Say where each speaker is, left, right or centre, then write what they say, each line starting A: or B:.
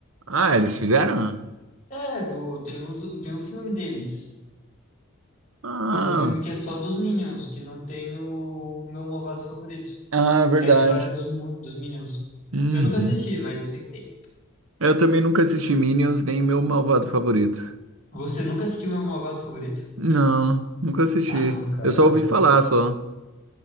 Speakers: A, on the right; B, on the left.
A: Ah, eles fizeram?
B: É, do, tem, os, tem o filme deles.
A: Ah,
B: Tem um filme que é só dos Minions, que não tem o Meu Malvado Favorito,
A: ah, verdade.
B: que é a história dos, mu- dos Minions.
A: Uhum.
B: Eu nunca assisti, mas eu sei que tem.
A: Eu também nunca assisti Minions, nem meu malvado favorito.
B: Você nunca assistiu Meu Malvado Favorito?
A: Não, nunca assisti.
B: Ah, não, cara,
A: Eu só ouvi
B: ah, não,
A: falar,
B: cara.
A: só.